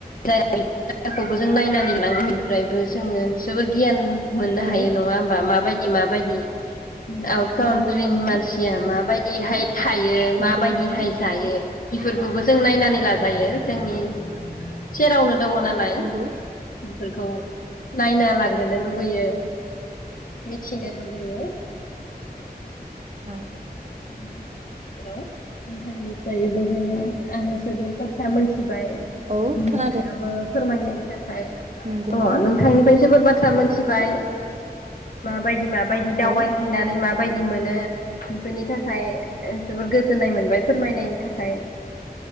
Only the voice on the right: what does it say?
औ
नंगौ नोंथां
नंगौ
नोंथां
नंगौ
औ
औ
खोनादों
नंगौ
नोंथां
औ